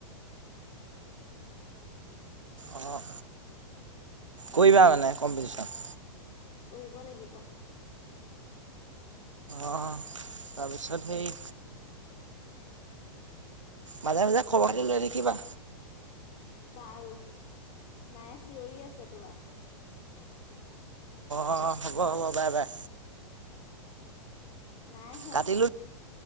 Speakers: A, on the right; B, on the left.
A: অঁ কৰিবা মানে কম্পিটিচন।
B: কৰিব লাগিব।
A: অঁ তাৰপিছত সেই মাজে মাজে খবৰটো লৈ থাকিবা।
B: বাৰু মায়ে চিঞৰি আছে তোমাক।
A: অঁ হ'ব হ'ব বাই বাই।
B: নাই হোৱা।
A: কাটিলোঁ